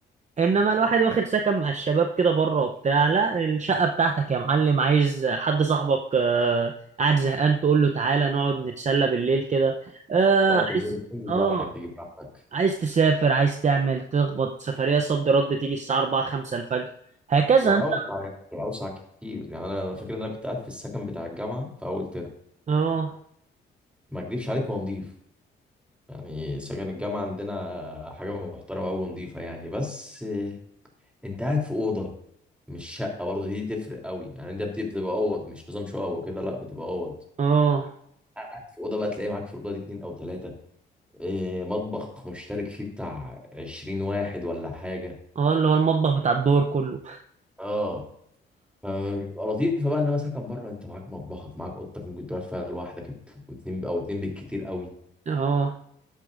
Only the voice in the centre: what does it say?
لا تنزل
تنزل
براحتك تيجي براحتك
واوسع
يعني اوسع كتير يعني انا أنا فاكر ان انا كنت قاعد في السكن بتاع الجامعة في اول ترم
ما اكدبش عليك هو نضيف يعني سكن الجامعة عندنا حاجة محترمة أوي ونضيفة يعني بس انت قاعد في أوضة مش شقه برضه دي تفرق قوي يعني انت بت- بتبقى اوض مش نظام شقه وكده لا بتبقى اوض
قاعد في اوضه بقى تلاقي معاك في الاوضه دي اتنين او تلاته إيه مطبخ مشترك فيه بتاع 20 واحد ولا حاجه
اه فبتبقى لطيفه بقى انما مثلا كان بره انت معاك مطبخك معاك اوضتك ممكن تقعد فيها لوحدك ات- واتنين او اتنين بالكتير قوي